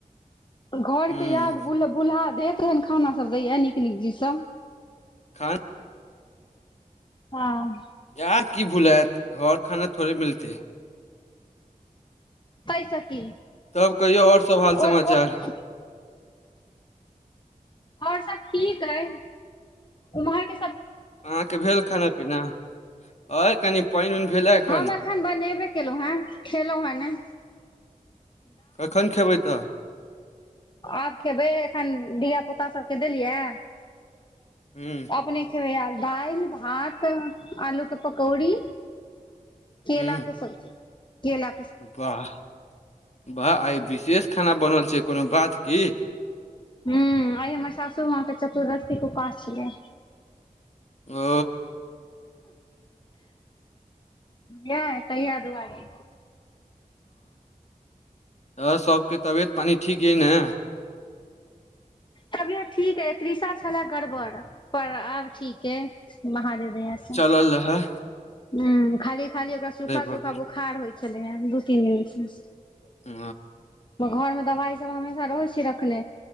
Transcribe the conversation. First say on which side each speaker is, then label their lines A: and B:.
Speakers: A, on the left; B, on the left.
A: घर
B: हूँ
A: के याद भूल भूलाह देत तेहन खाना सब दैया नीक नीक चीज सब
B: खाना
A: हाँ
B: याद की भुलैत घर खाना थोड़े मिलतै
A: तइसअ की
B: तब कहियौ आओर सब हाल
A: आओर
B: समाचार
A: ओर सब ठीक अय उम्हर के
B: अहाँ के भेल खाना पीना आओर कनि पाइन उ भेले एखन
A: हम बनेबे केलहुँ हेँ खेलहुँ हेँ ने
B: कखन खेबै तऽ
A: आ खेबै एखन धिय पुता सबके देलियै
B: हूँ
A: अपने खेबै दाइल भात आलू के पकौड़ी केेला
B: हूँ
A: के सब्जी केेला
B: वाह वाह आई विशेष खाना बनल छै कोनो बात की
A: हूँ आइ हमर सासु माँ के चतुर्दशी के उपास छलै
B: ओ
A: यए तैया दुआरे
B: ओ सबके तबियत पानी ठीक अइ ने
A: तब ठीक ह तृषा छलए गड़बड़ पर आब ठीक ह महादेव दया स
B: कल रहै
A: हाँ खाली खाली ओकरा सूखा
B: भऽ
A: सूखा
B: गेल
A: बोखार होइ छलै हे दू तीन दिन स
B: ओ
A: घर मे दवाई सब हमेशा रहै छियै रखने